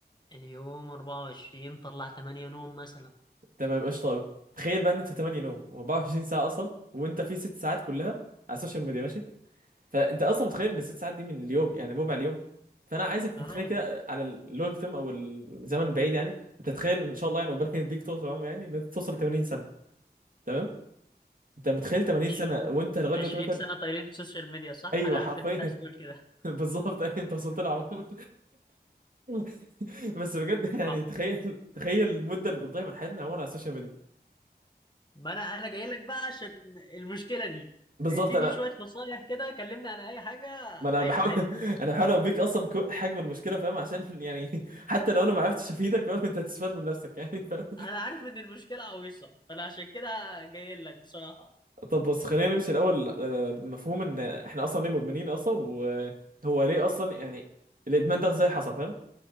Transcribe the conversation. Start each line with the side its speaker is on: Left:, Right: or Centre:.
Left: اليوم 24 طلع 8 نوم مثلا
Right: تمام قشطه قوي تخيل بقى ان انت 8 نوم و24 ساعه اصلا وانت في ست ساعات كلها على السوشيال ميديا ماشي؟ فانت اصلا متخيل ان ست ساعات دي من اليوم يعني ربع اليوم فانا عايزك تتخيل
Left: اه
Right: كده على اللونج تيرم او الزمن البعيد يعني انت تتخيل ان شاء الله يعني ربنا يديك طول العمر يعني ان انت توصل 80 سنه تمام انت متخيل 80
Left: 20
Right: سنه وانت لغايه دلوقتي
Left: 20
Right: مثلا
Left: سنة طايرين السوشيال ميديا صح؟
Right: ايوه
Left: أنا عارف
Right: حرفيا
Left: إن أنت عايز تقول كده
Right: <laughs> بالظبط أيوة، انت وصلت لها عموما <laughs> بس بجد يعني
Left: آه.
Right: تخيل تخيل المده اللي بتضيع من حياتنا عموما على السوشيال ميديا
Left: ما أنا أنا جاي لك بقى عشان المشكلة دي
Right: فبالظبط
Left: اديني
Right: انا
Left: شوية نصايح كده كلمني عن أي حاجة
Right: ما انا
Left: عايز
Right: بحاول
Left: أحل
Right: <laughs> انا بحاول اوريك اصلا كو- حجم المشكله فاهم عشان يعني <laughs> حتى لو انا ما عرفتش افيدك فاهم انت هتستفاد من نفسك يعني فاهم
Left: أنا عارف إن المشكلة عويصة فأنا عشان كده جاي لك بصراحة
Right: طب بص خلينا نمشي الاول آه، بمفهوم ان احنا اصلا ليه مدمنين اصلا وهو ليه اصلا يعني الادمان ده ازاي حصل فاهم